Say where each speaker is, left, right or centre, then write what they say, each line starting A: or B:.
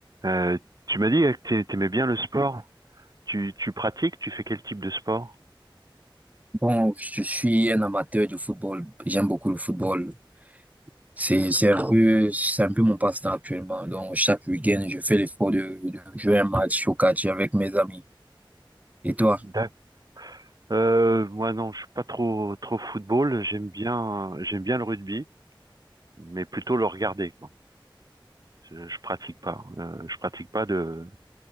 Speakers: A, on the right; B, on the right.
A: Euh, tu m'as dit que tu aimais bien le sport. Tu, tu pratiques, tu fais quel type de sport?
B: Bon, je suis un amateur de football. J'aime beaucoup le football. C'est, c'est un peu, c'est un peu mon passe-temps actuellement. Donc, chaque week-end, je fais l'effort de, de jouer un match au catch avec mes amis. Et toi?
A: D'ac- Euh, moi non, je suis pas trop trop football. J'aime bien j'aime bien le rugby, mais plutôt le regarder, quoi. Je, je pratique pas. Euh, je pratique pas de